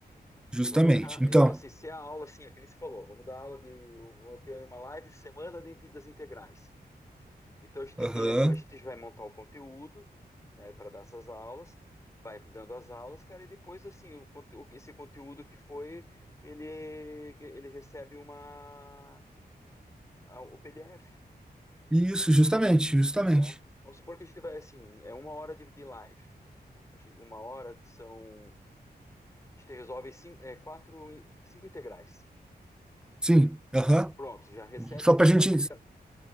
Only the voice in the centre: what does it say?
justamente.
Então,
aham.
Isso, justamente,
justamente.
Sim, aham.
Só
para a gente